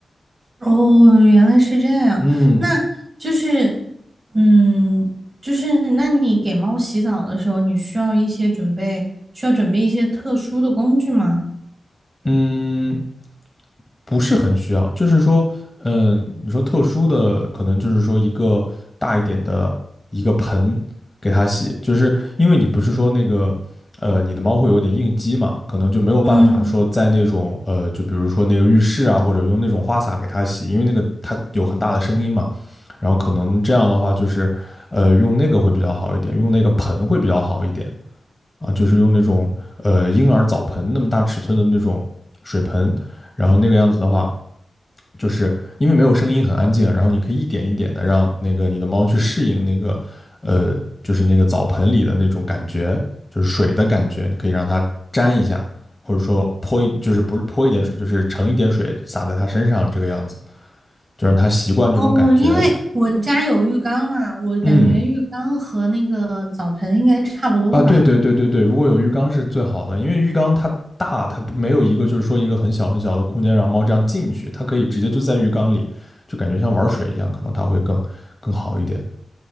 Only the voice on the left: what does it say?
嗯
嗯，不是很需要，就是说，嗯，你说特殊的，可能就是说一个大一点的一个盆给它洗，就是因为你不是说那个，呃，你的猫会有点应激嘛，可能就没有办法说在那种，
呃，就比如说那个浴室啊，或者用那种花洒给它洗，因为那个它有很大的声音嘛，然后可能这样的话就是，呃，用那个会比较好一点，用那个盆会比较好一点，啊，就是用那种呃婴儿澡盆那么大尺寸的那种水盆，然后那个样子的话，就是因为没有声音，很安静，然后你可以一点一点的让那个你的猫去适应那个呃，就是那个澡盆里的那种感觉，就是水的感觉，你可以让它沾一下，或者说泼一，就是不是泼一点水，就是盛一点水洒在它身上这个样子，就让它习惯这种感觉。
嗯，啊，对对对对对，如果有浴缸是最好的，因为浴缸它大，它不没有一个就是说一个很小很小的空间让猫这样进去，它可以直接就在浴缸里，就感觉像玩水一样，可能它会更更好一点。